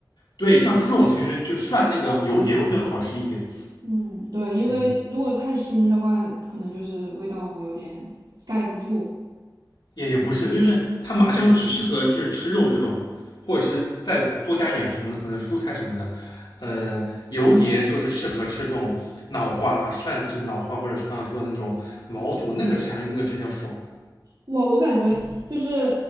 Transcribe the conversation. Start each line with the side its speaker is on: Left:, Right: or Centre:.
Left: 对，像这种其实就涮那个油碟会更好吃一点。
Right: 嗯，对，因为如果是太腥的话，
Left: 嗯，
Right: 可能就是味道有点盖不住。
Left: 也也不是，就是它麻酱只适合就是吃肉这种，或者是再多加一点什么可能蔬菜什么的。呃，油碟就是适合吃这种脑花涮，这脑花或者是刚刚说的那种毛肚，那个吃下去那个真叫爽。
Right: 哇，我感觉就是